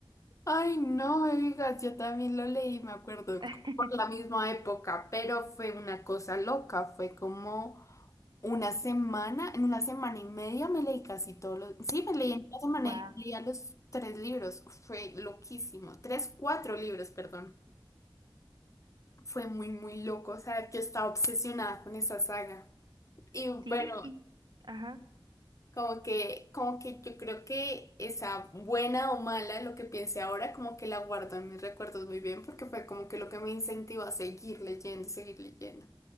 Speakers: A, on the left; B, on the right.
A: Ay, no me digas, yo también lo leí, me acuerdo,
B: <laughs>
A: como por la misma época, pero fue una cosa loca, fue como una semana, en una semana y media me leí casi todos los, sí, me leí en una
B: Guau.
A: semana y media los tres libros, fue loquísimo, tres, cuatro libros, perdón, fue muy, muy loco, o sea, yo estaba obsesionada con esa saga. Y bueno,
B: Sí, y... ajá.
A: Como que, como que yo creo que esa buena o mala, lo que piense ahora, como que la guardo en mis recuerdos muy bien, porque fue como que lo que me incentivó a seguir leyendo y seguir leyendo.